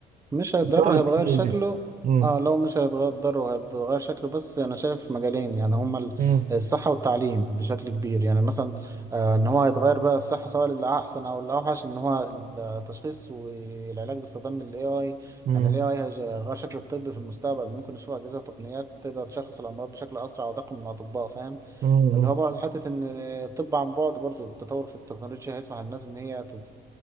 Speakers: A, on the right; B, on the right.
A: مش هيضر
B: بسبب التكنولوجيا
A: هتغير شكله
B: امم
A: اه لو مش هيتغير وهتغير شكله بس انا شايف مجالين يعني هما ال-
B: امم
A: الصحة والتعليم بشكل كبير يعني مثلا آه ان هو هيتغير بقى الصحة سواء للأحسن او الأوحش ان هو التشخيص والعلاج باستخدام ال AI
B: امم
A: يعني ال AI هيغير شكل الطب في المستقبل ممكن نشوف أجهزة وتقنيات تقدر تشخص الأمراض بشكل أسرع ودقيق من الأطباء فاهم
B: امم إمم.
A: اللي هو برضه حتة إن الطب عن بعد برضه التطور في التكنولوجيا هيسمح للناس إن هي تت-